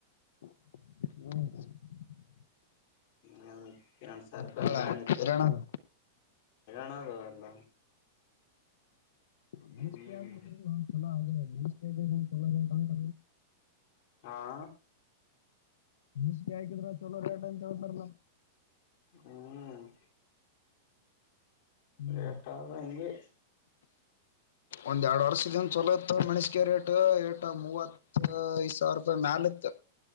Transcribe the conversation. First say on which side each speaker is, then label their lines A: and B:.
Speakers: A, on the left (about 85°); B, on the left (about 45°).
A: ಹ್ಮ
B: ಹ ಹ ಸಾವಿ
A: ಅವ್ರ
B: ರೂಪಾಯಿ
A: ಬಾಳ
B: ಹಂಗ ದಾಣಿ ಇತ್ತು
A: ಹೈರಾಣ ಅದ
B: ಣದು ಎಲ್ಲ
A: ಮನ್ಸ್ಿಕ
B: ಹ್ಮ್
A: ಆಗ್ ಒ ಚಲ ಅದೇ ಮನ್ ಆಗಲೋ ಕಂತ
B: ಹಾ
A: ಬಸಿಗೆ ಹಾಕಿದ್ರ ಚಲೋ ರೇಟ ಅಂತ ಹೇಳ್ತಾರ ನ
B: ಹ್ಮ್
A: ಹ್ಮ್
B: ರೇಟ್ ಆದ ಹಿಂಗೆ
A: ಒಂದ್ ಎರಡು ವರ್ಷದ ಚಲೋತ್ತ ಮಣಸಗೆ ರೇಟ್ ಏಟ ಮೂವತ್ತ ಐದು ಸಾವಿರ ರೂಪಾಯಿ ಮ್ಯಾಲತ್